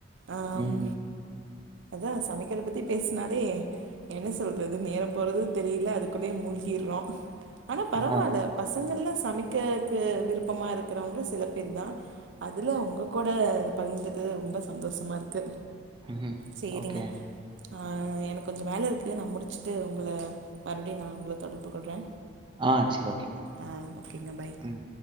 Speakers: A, on the right; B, on the right.
A: ஆம்
B: ம். ம்.
A: அதா சமைக்கற பத்தி பேஷ்னாலே என்ன சொல்றது நேரோ போறது தெரியல அதுக்குள்ளயே மூழ்கிறோ ஆனா பரவால்ல
B: ஆ.
A: பசங்கெல்லா சமைக்குறக்கு விருப்பமா இருக்கிறவங்க சில பேர்தா அதுல உங்ககூட பகிர்ந்துகிறது ரொம்ப சந்தோஷமா இருக்கு
B: ம்ஹும்
A: சேரிங்க
B: ஓகே
A: ஆ எனக்கு கொஞ்சோ வேல இருக்கு நா முடிச்சுட்டு உங்கள மறுபடியு நா உங்கள தொடர்பு கொள்றே.
B: ஆ சேரி ஓகே
A: ஆ ஓகேங்க பாய்
B: ம்